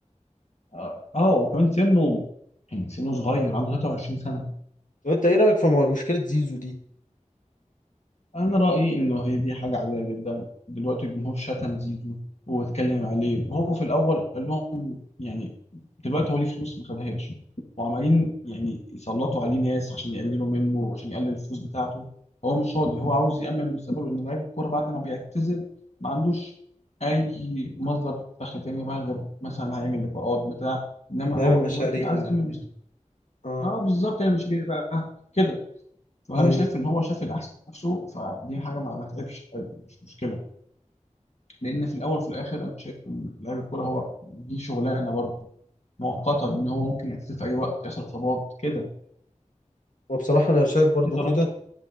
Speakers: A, on the left (about 60°); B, on the left (about 80°).
A: اه آه، وكمان سنه يعني سنه صغير عنده 23 سنه
B: طب أنت إيه رأيك في مو- مشكلة زيزو دي؟
A: انا رايي انه هي دي حاجه عاديه جدا دلوقتي الجمهور شتم زيزو واتكلم عليه وهو في الاول قال لهم يعني دلوقتي هو ليه فلوس ما خدهاش وعمالين يعني يسلطوا عليه ناس عشان يقللوا منه وعشان يقلل الفلوس بتاعته هو مش راضي هو عاوز يامن مستقبله ان لعيب الكوره بعد ما بيعتزل ما عندوش اي مصدر دخل تاني بقى غير مثلا هيعمل لقاءات بتاع انما
B: يعمل
A: هو
B: مشاريع
A: دلوقتي عايز
B: يعمل
A: يامن
B: كده
A: مستقبله
B: آه
A: اه بالظبط يعني مش ليه بقى كده فانا
B: أيوه
A: شايف ان هو شاف الاحسن في نفسه فدي حاجه ما ما تعبش أيوة، مش مشكله لان في الاول وفي الاخر انا شايف ان لاعب الكوره هو دي شغلانه برضه مؤقته ان هو ممكن يعتزل في اي وقت يحصل اصابات كده
B: وبصراحة أنا شايف برضو
A: انت رايك
B: كده
A: إيه؟